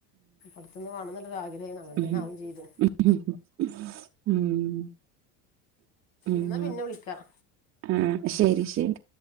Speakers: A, on the left (about 85°); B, on the right (about 35°).
A: അട്ത്ത്ന്ന് മാണന്നുള്ള ആഗ്രഹഏനു അങ്ങനെ
B: ഉ
A: തന്നെ ആവുകയും ചെയ്തു
B: ഉ ഉം ഉം
A: എന്നാൽ പിന്നെ വിളിക്കാം
B: ആഹ ശരി ശരി